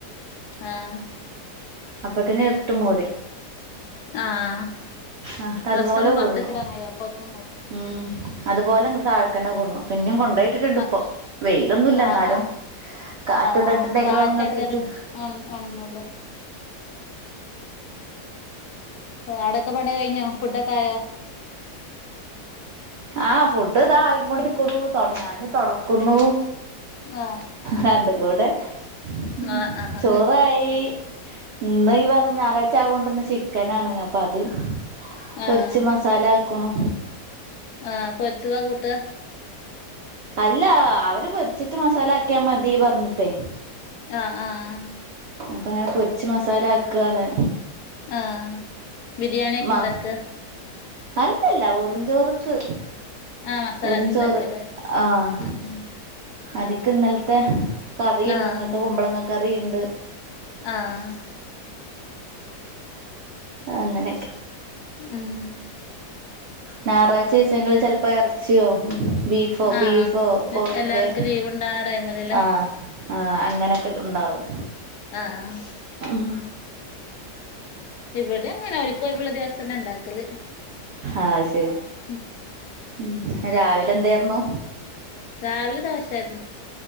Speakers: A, on the left; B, on the right.
A: ആഹ്
B: അപ്പത്തിന്നെ ഇരുട്ട് മൂടി
A: ആഹ്
B: ആഹ്
A: ഡ്രസ്സൊന്നും
B: അതുപോലെ
A: പൊറത്തിക്കിടാൻ
B: കൊടുന്നു
A: വയ്യ അപ്പത്തിനും കൂടെ
B: ഉം അതുപോലെ ഇങ്കട് താഴേക്കന്നെ കൊടന്നു പിന്നേം കൊണ്ടോയി ട്ടിട്ടുണ്ട്
A: ആഹ്
B: ഇപ്പോ വെയിലൊന്നുല്ല
A: ആഹ്
B: ഇന്നാലും കാറ്റ്
A: ആഹ്
B: കൊണ്ടായിട്ടുണ്ടെങ്കിലും
A: ആഹ് കാറ്റച്ചാലും
B: ഒണങ്ങട്ടെച്ചു
A: ഒണ ഒണങ്ങവല്ലോ എ് അവിടെക്കെ പണി കഴിഞ്ഞോ ഫുഡൊക്കെ ആയോ
B: ആഹ് ഫുഡ് ദാ ആയിങ്ങൊണ്ടിരിക്കുണു തൊട ഞാന് തൊടക്കുന്നു
A: ആഹ്
B: രണ്ടും കൂടെ ഉം
A: ആഹ് ആഹ്
B: ചോറായി ഇന്ന് യിവറഞ്ഞ് ഞായറാഴ്ച ആവോണ്ട് ഇന്ന് ചിക്കനാണ് അപ്പൊ അത് പൊരിച്ച്
A: ആഹ്
B: മസ സാല ആക്കുണു
A: ആഹ് പൊരിച്ചതാ കൂട്ടാ
B: അല്ല അവര് പൊരിച്ചിട്ട് മസാല ആക്കിയാ മതി പറഞ്ഞിട്ടെ
A: ആഹ് ആഹ് ആഹ്
B: അപ്പ അങ്ങനെ പൊരിച്ച് മസാല ആക്കാണ്
A: ആഹ് ബിരിയാണി ഒക്കെ
B: മ
A: ഇണ്ടാക്ക
B: അല്ലല്ല വെറും ചോറ് ക്ക്
A: ആഹ് മസാല
B: വെറും
A: ആക്കി
B: ചോറ്
A: ഇണ്ടാക്കല്ലേ
B: ആഹ്
A: ഉം ഉം
B: അതിക്ക് ഇന്നലത്തെ കറിണ്ട്
A: ആഹ്
B: ഇന്നലത്തെ കുമ്പളങ്ങ കറി ഇണ്ട്
A: ആഹ്
B: അങ്ങനെക്കെ
A: ഉം
B: ഞായറാഴ്ച്ചിസങ്ങള് ചെൽ പ്പ എറച്ചിയോ ബീഫോ
A: ആഹ്
B: ബീഫോ കോഴിയൊക്കെ
A: എല്ലാർക്കും ലീവ് ഉണ്ടാവണ ടൈമിലല്ലേ
B: ആഹ് ആഹ് അങ്ങനെ ക്കെ ഇണ്ടാവും
A: ആഹ്
B: ഉം
A: ഇവിടെ അങ്ങനെ അവരിക്കൊഴിവുള്ള ദിവസന്നെ ഇണ്ടാക്കല്
B: ആഹ് ശരി
A: ഉം
B: ഉം രാവിലെ എന്തേർന്നു
A: രാവിലെ ദോശാർന്നു